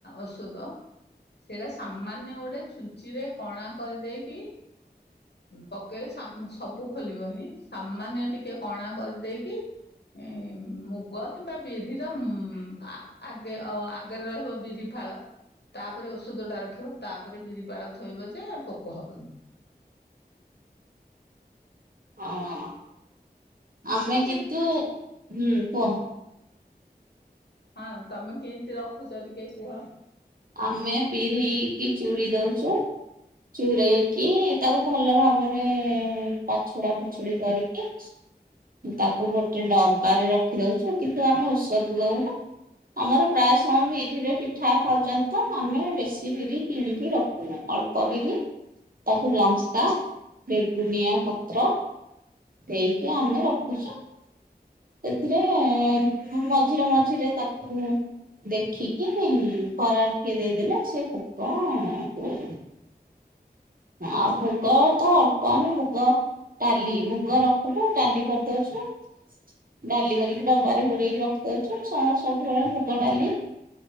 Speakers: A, on the left; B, on the right.
A: ଔଷଧ। ସେଇଟା ସାମାନ୍ୟ ଗୋଟେ ଛୁଞ୍ଚି ରେ କଣା କରିଦେଇକି- ପକେଇଲେ ସବୁ ଖୋଲିବନି ସାମାନ୍ୟ ଟିକେ କଣା କରିଦେଇକି- ଏ ମୁଗ କିମ୍ବା ବିରି - ମ୍ ଆଗେ ଆଗରେ ରହିବ ବିରି ଫାଳ- ତାପରେ ଔଷଧ ଟା ରଖିବ ତାପରେ ବିରିଫାଳ ଥୋଇବ ଯେ ପୋକ ହବନି।
B: ହଁ ଆମେ
A: କିଛି
B: କିତୁ ହୁଁ କୁହ-
A: ହଁ ତମେ କେମିତି ରଖୁଛ ଟିକେ କୁହ-
B: ଆମେ ବିରି କି ଚୁରିଦଉଚୁ ଚୁରେଇକି ତାକୁ ଭଲ ଭାବରେ ପାଛୁଡା ଫୁଛୁଡି କରିକି। ତାକୁ ଗୋଟେ ଡବାରେ ରଖି ଦଉଛୁ କିନ୍ତୁ ଆମେ ଔଷଧ ଦଉନୁ। ଆମର ପ୍ରାୟ ସମୟ ବି ବିରି ରେ ପିଠା ଖାଉଚନ୍ତି। ତ ଆମର ବେଶୀ ବିରି କିଣିକି ରଖୁନୁ ଅଳ୍ପ ବିରି ତାକୁ ଲଙ୍କା ବେଗୁନିଆ ପତ୍ର ଦେଇକି ଆମେ ରଖୁଛୁ। ସେଥିରେ ମ ମଝିରେ ମଝିରେ ତାକୁ ଦେଖିକି ଖରା ଟିକେ ଦେଇଦେଲେ ସେ ପୋକ କୁ ଆ ମୁଗ ତ ଅଳ୍ପ ହିଁ ମୁଗ ଡାଲି ମୁଗ ରଖୁଛୁ ଡାଲି କରିଦଉଚୁ। ଡାଲି କରିକି ଡବାରେ ପୁରେଇକି ରଖି ଦଉଚୁ। ସ ସବୁବେଳେ ମୁଗ ଡାଲି